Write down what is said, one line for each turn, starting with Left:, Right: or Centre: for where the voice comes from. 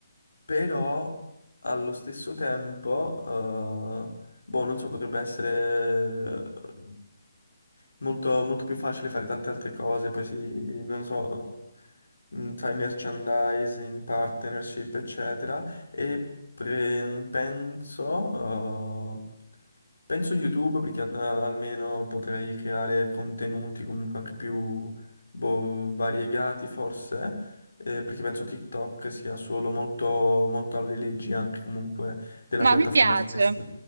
Left: però allo stesso tempo, eh, boh, non so, potrebbe essere eh, molto, molto più facile fare tante altre cose, poi si, non lo so, eh, mh, sai, merchandising, partnership, eccetera, e pre- penso, eh, Penso YouTube perché eh, almeno potrei creare contenuti comunque anche più boh, variegati forse, eh, perché penso TikTok sia solo molto, molto alle leggi anche comunque della
Right: No,
Left: piattaforma
Right: mi piace,
Left: stessa.